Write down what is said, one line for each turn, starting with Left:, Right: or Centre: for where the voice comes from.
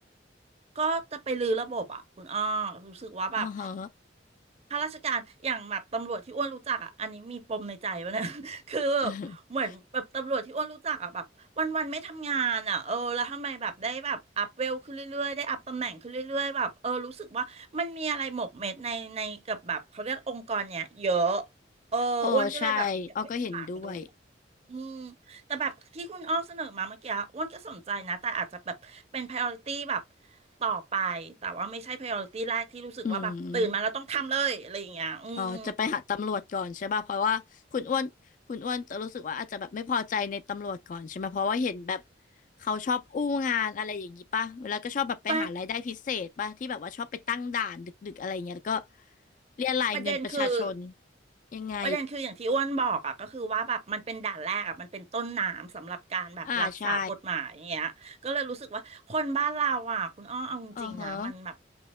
Right: ก็จะไปรื้อระบบอ่ะคุณอ้อรู้สึกว่าแบบ
Left: อ๋อฮะ
Right: ข้าราชการอย่างแบบตำรวจที่อ้วนรู้จักอ่ะอันนี้มีปมในใจวะเนี่ย <laughs> คือแบบเหมือนแบบตำรวจที่อ้วนรู้จักอ่ะแบบวันวันไม่ทำงานอ่ะเออแล้วทำไมแบบได้แบบอัพเวลขึ้นเรื่อยๆได้อัพตำแหน่งขึ้นเรื่อยๆแบบเออรู้สึกว่ามันมีอะไรหมกเม็ดในในกับแบบเขาเรียกองค์กรเนี่ยเยอะ
Left: <laughs>
Right: เอออ้วนก็เลยแบบอยากไปสางดู
Left: โอ้ใช่อ้อก็เห็นด้วย
Right: อืมแต่แบบที่คุณอ้อเสนอมาเมื่อกี้อ้วนก็สนใจนะแต่อาจจะแบบเป็น priority แบบต่อไปแต่ว่าไม่ใช่ priority แรกที่รู้สึกว่าแบบตื่นมาแล้วต้องทำเลยอะไรอย่างเงี้ยอืม
Left: อืม อ๋อจะไปหาตำรวจก่อนใช่ป่ะเพราะว่าคุณอ้วนคุณอ้วนจะรู้สึกว่าอาจจะแบบไม่พอใจในตำรวจก่อนใช่ไหมเพราะว่าเห็นแบบเขาชอบอู้งานอะไรอย่างนี้ป่ะแล้วก็ชอบแบบไปหารายได้พิเศษป่ะที่แบบว่าชอบไปตั้งด่านดึกๆอะไรเงี้ยแล้วก็
Right: ประ
Left: เรียรายเงินประชาชน
Right: ประเด็นคือ
Left: ยังไง
Right: ประเด็นคืออย่างที่อ้วนบอกอ่ะก็คือว่าแบบมันเป็นด่านแรกอ่ะมันเป็นต้นน้ำสำหรับการแบบรักษากฎหมายอย่างเงี้ยก็เลยรู้สึกว่าคนบ้านเราอ่ะคุณอ้อเอาจริงๆนะมันแบบ
Left: อ่าใช่เออฮะ